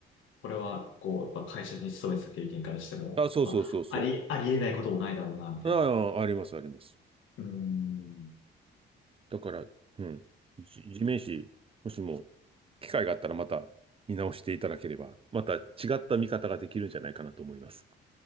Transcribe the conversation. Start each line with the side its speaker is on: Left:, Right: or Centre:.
Left: これは、こう、やっぱ会社に勤めてた経験からしても、
Right: あ、そうそうそうそ
Left: まあ、あり、ありえないこともないだろうな、みたいな。
Right: う。ああ、あります、あります。
Left: うーん。
Right: だから、うん、じ地面師、もしも機会があったらまた見直していただければ、また違った見方ができるんじゃないかなと思います。